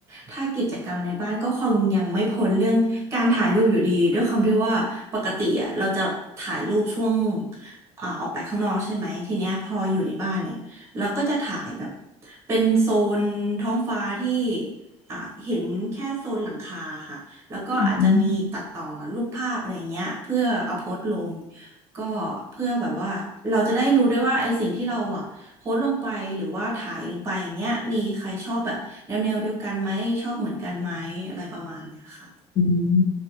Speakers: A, on the right; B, on the left.
A: ถ้ากิจกรรมในบ้านก็คงยังไม่พ้นเรื่องการถ่ายรูปอยู่ดีด้วยความที่ว่าปกติอ่ะเราจะถ่ายรูปช่วงอ่าออกไปข้างนอกใช่ไหมทีเนี้ยพออยู่ในบ้านเนี่ยเราก็จะถ่ายแบบเป็นโซนท้องฟ้าที่อ่าเห็นแค่โซนหลังคาค่ะแล้วก็อาจจะมีตัดต่อรูปภาพอะไรเงี้ยเพื่อเอาโพสต์ลง
B: อืม
A: ก็เพื่อแบบว่าเราจะได้รู้ด้วยว่าไอ้สิ่งที่เราอ่ะ โพสต์ลงไปหรือว่าถ่ายลงไปอย่างเงี้ยมีใครชอบแบบแนวแนวเดียวกันไหมชอบเหมือนกันไหมอะไรประมาณเนี้ยค่ะ
B: อืม